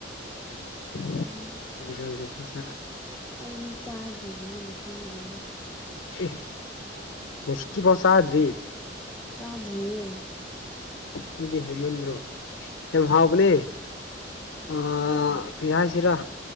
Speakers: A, on the left; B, in the centre.
A: <unintelligible>
B: ꯎꯝ ꯑꯁ ꯑꯩꯗꯤ ꯆꯥꯗ꯭ꯔꯤꯕꯅꯤꯅ ꯈꯪꯗꯔ꯭ꯦꯗ꯫
A: ꯑꯦ ꯉꯁꯤꯐꯥꯎ ꯆꯥꯗ꯭ꯔꯤ
B: ꯆꯥꯗ꯭ꯔꯤꯌꯦ
A: ꯑꯗꯨꯗꯤ ꯍꯦꯟꯃꯟꯗ꯭ꯔꯣ ꯌꯥꯝ ꯍꯥꯎꯕꯅꯦ ꯑ
B: ꯎꯝ
A: ꯀꯔꯤ ꯍꯥꯏꯁꯤꯔ